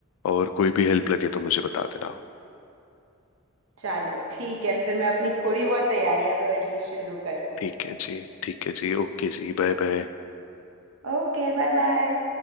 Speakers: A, on the left (about 85°); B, on the right (about 80°).
A: और कोई भी हेल्प लगे तो मुझे बता देना
B: चलो ठीक है फिर मैं अपनी थोड़ी बहुत तैयारियां तो एटलीस्ट शुरू करूँ
A: ठीक है जी ठीक है जी ओके जी बाय बाय
B: Okay bye bye